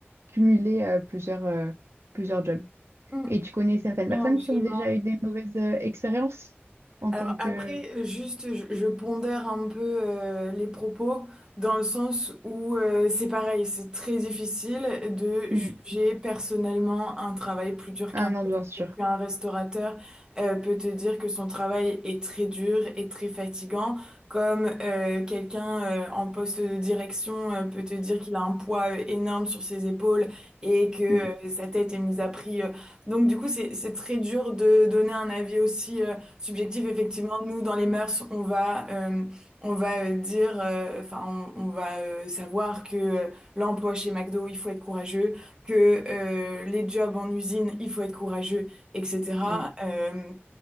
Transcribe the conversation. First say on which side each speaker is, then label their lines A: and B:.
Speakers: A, on the right; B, on the right.
A: cumuler euh, plusieurs, euh, plusieurs jobs.
B: Mm.
A: Et tu connais certaines
B: Non,
A: personnes
B: absolument.
A: qui ont déjà eu des mauvaises euh, expériences en
B: Alors
A: tant que...
B: après, euh, juste, je, je pondère un peu euh, les propos dans le sens où euh, c'est pareil, c'est très difficile de
A: Mm.
B: juger personnellement un travail plus dur
A: Ah
B: qu'un
A: non,
B: autre.
A: bien sûr.
B: Peut-être qu'un restaurateur euh, peut te dire que son travail est très dur et très fatigant, comme euh, quelqu'un euh, en poste de direction euh, peut te dire qu'il a un poids euh, énorme sur ses épaules et que
A: Mm,
B: euh, sa tête est mise à prix. euh. Donc du coup, c'est c'est très dur de donner un avis aussi. euh, Subjectif, effectivement, nous, dans les mœurs, on va, euh, on va euh, dire, euh, enfin, on, on va euh, savoir que euh, l'emploi chez McDo, il faut être courageux, que euh, les jobs en usine, il faut être courageux, etc.
A: mm, mm.
B: Euh,